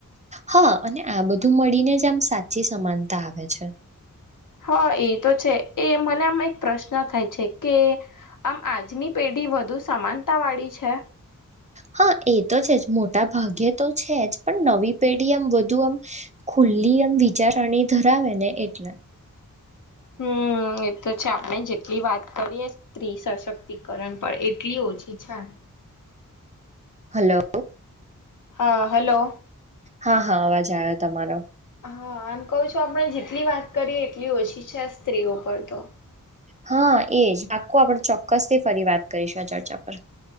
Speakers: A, on the right; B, on the left.
A: હા અને આ બધું મળીને જ આમ સાચી સમાનતા આવે છે
B: હા એ તો છે એ મને આમાં એક પ્રશ્ન થાય છે કે આમ આજની પેઢી વધુ સમાનતા વાળી છે
A: હા એ તો છે જ મોટા ભાગ્યે તો છે જ પણ નવી પેઢી આમ વધુ આમ ખ મુુલ્લીયમ વિચારણી ધરાવે ને એટલે
B: હમ હ એ તો છે આપણે જેટલી વાત કરીએ સ્ત્રી સશક્તિકરણ પર એટલી ઓછી છે
A: હલો
B: હા હલો
A: હા હા અવાજ આવ્યો તમારો
B: હા આમ કહ છું આપણે જેટલી વાત કરીએ એટલી ઓછી છે આ સ્ત્રીઓ પર તો
A: હા એજ આખું આપડ ચોક્કસથી ફરી વાત કરીશું આ ચર્ચા પર